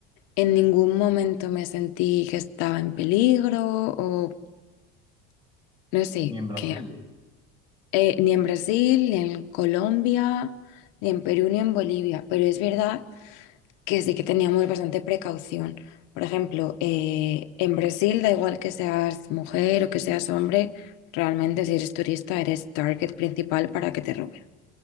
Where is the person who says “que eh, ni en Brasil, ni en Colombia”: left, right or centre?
Left